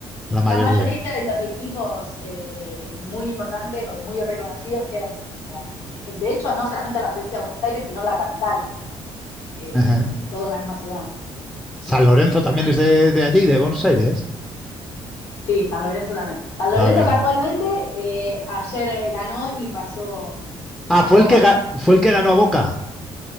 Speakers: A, in the centre; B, on the left.
A: la mayoría.
B: la mayoría de los equipos eh, muy importantes o muy reconocidos quedan, de hecho, no solamente en la provincia de Buenos Aires, sino en la capital, eh,
A: Ajá.
B: todo en la misma ciudad.
A: San Lorenzo también
B: <laughs>
A: es de, de allí, de Buenos Aires.
B: sí, San Lorenzo también. San
A: También.
B: Lorenzo casualmente eh, ayer eh, ganó y pasó,
A: Ah,
B: pasó
A: fue el
B: a cuartos.
A: que, ga- fue el que ganó a Boca.